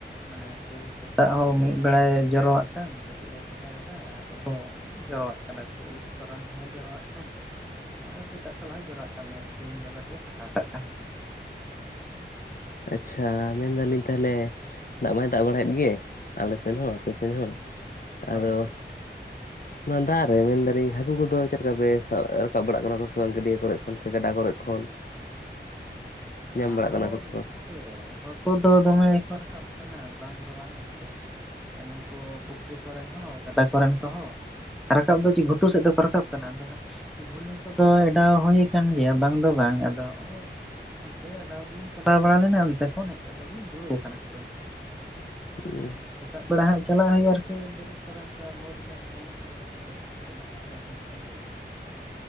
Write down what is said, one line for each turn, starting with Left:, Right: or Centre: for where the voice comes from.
Centre: ᱢᱟᱱᱮ ᱟᱨᱠᱤ ᱥᱮᱛᱟᱜ ᱦᱚᱸ ᱢᱤᱫ ᱵᱮᱲᱟᱭ ᱡᱚᱨᱚᱣᱟ-ᱜ ᱠᱟᱱ ᱠᱟᱹᱴᱤᱡ ᱮ ᱯᱷᱟᱠᱟᱼᱼᱼ ᱫᱟᱭᱫᱟ ᱟᱫᱚ ᱡᱚᱨᱣᱟᱜ ᱠᱟᱱᱟᱠᱤ ᱟᱹᱭᱩᱵ ᱛᱚᱨᱟ ᱨᱮᱦᱚᱸᱭ ᱡᱚᱨᱣᱟᱜ ᱠᱟᱱ᱾ ᱟᱨ ᱥᱮᱛᱟᱜ ᱫᱚ ᱵᱟᱝᱟᱭ ᱡᱚᱨᱟᱜ ᱠᱟᱱᱟ ᱢᱮ ᱥᱤᱧ ᱫᱚ ᱠᱟᱹᱴᱤᱡ ᱮ ᱯᱷᱟᱴ ᱠᱟᱜ ᱠᱟᱱᱟ᱾
Left: ᱟᱪᱪᱷᱟ ᱢᱮᱱᱫᱟᱞᱤᱧ ᱛᱟᱦᱚᱞᱮ ᱫᱟᱜ ᱢᱟᱭ ᱫᱟᱜ ᱵᱟᱲᱟᱭᱮᱫ ᱜᱮ ᱾ ᱟᱞᱮᱥᱮᱱ ᱦᱚᱸ
Centre: ᱦᱳᱭ
Left: ᱟᱯᱮᱥᱮᱱ ᱦᱚᱸ
Centre: ᱦᱳᱭ
Left: ᱟᱫᱚ ᱱᱚᱣᱟ ᱫᱟᱜ ᱨᱮ ᱢᱮᱱᱫᱟᱞᱤᱧ ᱦᱟᱹᱠᱩ ᱠᱚᱫᱚ ᱪᱮᱫ ᱞᱮᱠᱟ ᱯᱮ ᱥᱟᱵ ᱨᱟᱠᱟᱵ ᱵᱟᱲᱟᱜ ᱠᱟᱱᱟ ᱠᱚ ᱥᱮ ᱵᱟᱝ? ᱜᱟᱹᱰᱭᱟᱹ ᱠᱚᱨᱮ ᱠᱷᱚᱱ ᱥᱮ ᱜᱟᱰᱟ ᱠᱚᱨᱮ ᱠᱷᱚᱱ <inaudible> ᱧᱟᱢ
Centre: <unintelligible>
Left: ᱵᱟᱲᱟᱜ ᱠᱟᱱᱟ ᱠᱚ ᱥᱮ ᱵᱟᱝ
Centre: ᱦᱟᱹᱠᱩ ᱫᱚ ᱫᱚᱢᱮ ᱜᱮ ᱠᱚ ᱨᱟᱠᱟᱵ ᱠᱟᱱᱟ ᱵᱟᱝ ᱫᱚ ᱵᱟᱝ ᱤᱱᱠᱟᱹ ᱱᱩᱠᱩ ᱯᱩᱠᱷᱨᱤ ᱠᱚᱨᱮᱱ ᱦᱚᱸ ᱜᱟᱰᱟ ᱠᱚᱨᱮᱱ ᱠᱚ ᱦᱚᱸᱜ ᱨᱟᱠᱟᱵ ᱫᱚ ᱪᱮᱫ ᱜᱷᱩᱴᱩ ᱥᱮᱫ ᱫᱚᱠᱚ ᱨᱟᱠᱟᱵ ᱠᱟᱱᱟ ᱟᱫᱚ ᱦᱟᱸᱜ ᱜᱷᱩᱱᱤ ᱠᱚᱫᱚ ᱚᱰᱟᱣ ᱦᱩᱭᱩ ᱟᱠᱟᱱ ᱜᱮᱭᱟ ᱵᱟᱝ ᱫᱚ ᱵᱟᱝ ᱟᱫᱚ ᱱᱚᱜᱚᱭᱼᱼᱼᱼ ᱚᱱᱛᱮ ᱚᱰᱟᱣ ᱜᱮᱞᱤᱧ ᱪᱟᱞᱟᱣ ᱵᱟᱲᱟ ᱞᱮᱱᱟ ᱚᱱᱛᱮ ᱠᱷᱚᱱ ᱦᱮᱡ ᱠᱟᱛᱮᱫ ᱜᱮᱞᱤᱧ ᱫᱩᱲᱩᱵ ᱟᱠᱟᱱᱟ ᱠᱩᱰᱟᱹᱢ ᱥᱮᱫ ᱨᱮ᱾ ᱟᱫᱚ
Left: ᱮᱸᱻ
Centre: ᱦᱟᱸᱜ
Left: <unintelligible>
Centre: ᱥᱮᱛᱟᱜ ᱵᱮᱲᱟ ᱦᱟᱸᱜ ᱪᱟᱞᱟᱜ ᱦᱩᱭᱩᱜᱼᱟ ᱟᱨᱠᱤ ᱵᱮᱨᱮᱫ ᱛᱚᱨᱟ ᱠᱟ ᱵᱷᱳᱨ ᱧᱚᱜ ᱛᱮ
Left: <inaudible>
Centre: ᱵᱷᱳᱨ ᱵᱷᱳᱨ ᱛᱮ ᱛᱤᱱᱟᱹᱜ ᱜᱟᱱ ᱠᱚ ᱡᱷᱟᱹᱞᱤᱜ ᱠᱟᱱᱟ ᱦᱟᱸᱜ